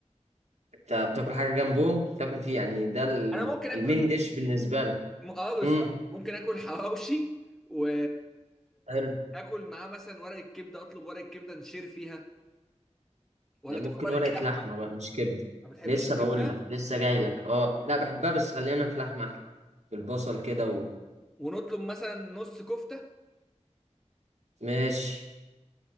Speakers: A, on the right; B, in the centre.
A: أنت بتاكل حاجة جنبهم بتاكل فيه يعني ده ال-
B: انا ممكن اكل
A: المين ديش بالنسبة لك
B: م- اه بالظبط
A: مم.
B: ممكن اكل حواوشي و
A: حلو
B: اكل معاه مثلا ورقه كبده اطلب ورقه كبده نشير فيها ولا
A: ده
B: تاكل
A: ممكن
B: ورقه
A: ورقة
B: لحمه
A: لحمة بقى مش كبدة
B: ما بتحبش
A: لسه
B: الكبده
A: بقول لك لسه جاي لك اه لا بحبها بس خلينا في لحمة بالبصل كده
B: ونطلب مثلا نص كفته
A: وماشي